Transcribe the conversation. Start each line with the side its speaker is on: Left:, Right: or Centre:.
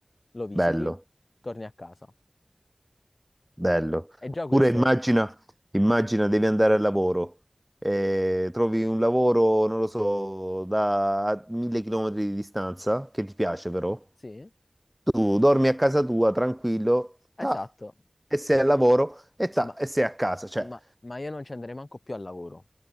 Left: lo visiti,
Centre: Bello.
Left: torni a casa.
Centre: Bello.
Left: E già
Centre: Oppure
Left: questo,
Centre: immagina, immagina devi andare al lavoro, eh, trovi un lavoro, non lo so, da a mille chilometri di distanza, che ti piace però.
Left: sì,
Centre: Tu dormi a casa tua tranquillo, ta,
Left: esatto,
Centre: e sei al lavoro, e ta,
Left: ma,
Centre: e sei a casa, cioè.
Left: ma- ma io non ci andrei manco più al lavoro,